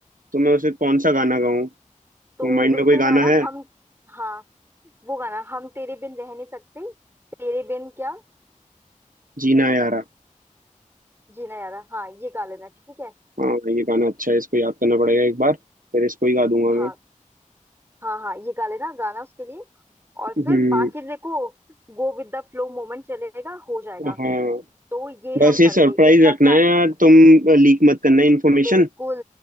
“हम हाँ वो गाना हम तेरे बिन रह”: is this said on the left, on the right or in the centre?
Right